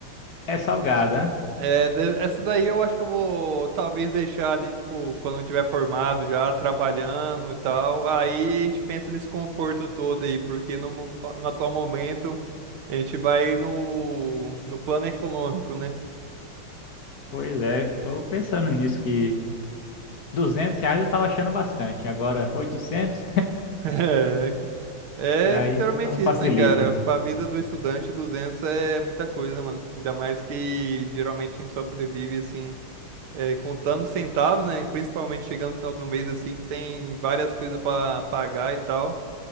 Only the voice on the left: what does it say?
É salgada, né?
Pois é, estou pensando nisso que. 200 reais eu tava achando bastante, agora oitocentos
Aí
não facilita.